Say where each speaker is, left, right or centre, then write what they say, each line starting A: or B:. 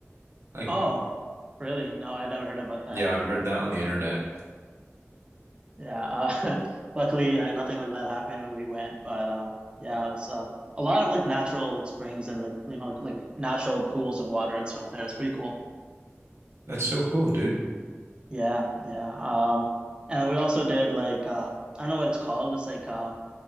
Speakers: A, on the right (about 70°); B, on the right (about 20°).
A: Like,
B: oh really? No, I never heard about that.
A: yeah, I've heard that on the internet.
B: Yeah, uh, <laughs> luckily uh, nothing like that happened when we went, but uh, yeah, it was uh, a lot of like natural like springs and like you know like, like natural pools of water and stuff there. It's pretty cool.
A: That's so cool, dude.
B: Yeah, yeah. Um, and we also did like uh, I don't know what it's called. It's like uh,